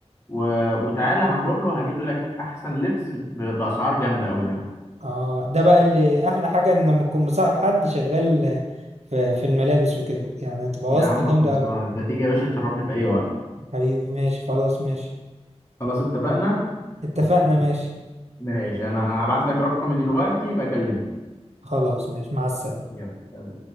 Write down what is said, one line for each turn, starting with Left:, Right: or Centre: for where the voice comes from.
Left: و... وتعالى هنروح له هجيب لك احسن لبس ب... باسعار جامده قوي يعني
Right: اه ده بقى اللي احلى حاجة ان لما اكون مصاحب حد شغال في في الملابس وكده يعني تبقى
Left: يا
Right: واسطة
Left: عم
Right: جامدة
Left: خلصانه
Right: اوي
Left: انت تيجي يا باشا تشرفني في اي وقت
Right: حبيبي ماشي خلاص ماشي
Left: خلاص اتفقنا
Right: اتفقنا ماشي
Left: ماشي انا هبعت لك رقمي دلوقتي بكلمني
Right: خلاص ماشي مع السلامة
Left: يلا سلام.